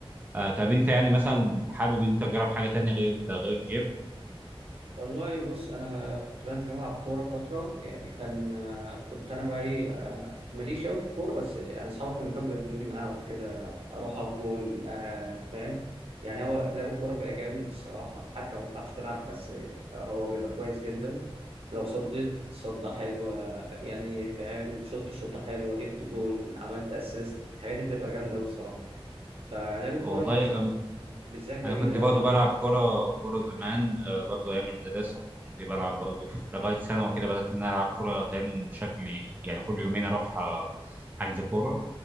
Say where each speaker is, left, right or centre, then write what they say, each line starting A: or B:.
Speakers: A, on the right; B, on the right.
A: آه طب انت يعني مثلا حابب انت تجرب حاجه تانية غير غير الجيم
B: والله بص انا كنت بنزل العب كوره فتره يعني كان آه، كنت انا بقى ايه آه، ماليش قوي في الكوره بس انا اصحابي كانوا بيحبوا ياخدوني معاهم وكده اروح اقف جول آه فاهم يعني هو لعب الكوره بيبقى جامد الصراحه حتى لو ما بتعرفش تلعب بس هو بيبقى كويس جدا لو صديت صدة حلوة يعني فاهم شوط شوطة حلوة جبت جول عملت اسيست الحاجات دي بتبقى جامدة أوي الصراحة فلعب الكوره
A: والله
B: بالز- بالذات جميل
A: انا كنت
B: قوي
A: برضه بلعب كرة كرة زمان آه، برضه ايام المدرسة كنت بلعب برضه في- لغاية ثانوي وكده بدأت ان انا العب كرة تقريبا بشكل يعني كل يومين اروح آه، حجز كورة